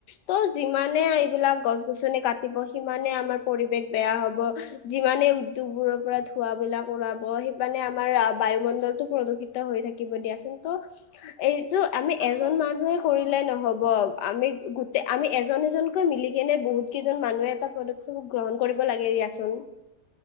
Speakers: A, on the left (about 80°); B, on the right (about 75°).
A: ত' যিমানে
B: উম
A: এইবিলাক গছ গছনি কাটিব সিমানে আমাৰ পৰিবেশ বেয়া হব যিমানে উদ্যোগ বোৰৰ পৰা ধুৱা বিলাক ওলাব সিমানে আমাৰ বায়ুমণ্ডলটো প্ৰদূষিত হৈ থাকিব দিয়াচোন ত' এইযো আমি
B: আচল
A: এজন মানুহে কৰিলে
B: অ
A: নহব। আমি গোটেই আমি এজন এজনকৈ মিলি কিনে বহুত কেইজন মানুহে এটা পদক্ষেপ গ্ৰহণ কৰিব লাগে। দিয়া চোন।